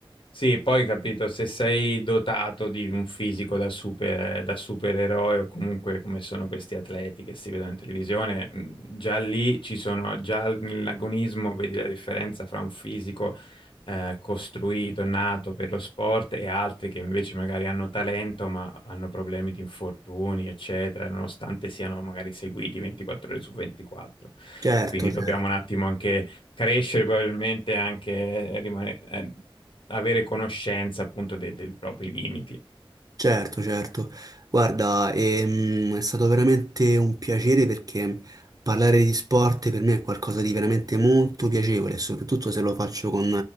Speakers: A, on the left; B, on the right.
A: Sì, poi capito, se sei dotato di un fisico da super, da supereroe o comunque come sono questi atleti che si vedono in televisione, mh, già lì ci sono, già l- nell'agonismo vedi la differenza fra un fisico eh, costruito, nato per lo sport e altri che invece magari hanno talento ma hanno problemi di infortuni, eccetera, nonostante siano magari seguiti 24 ore su 24.
B: Certo,
A: Quindi
B: certo.
A: dobbiamo un attimo anche crescere probabilmente anche eh, rimane- eh, avere conoscenza appunto dei, dei propri limiti.
B: Certo, certo. Guarda, ehm, è stato veramente un piacere perché parlare di sport per me è qualcosa di veramente molto piacevole, soprattutto se lo faccio con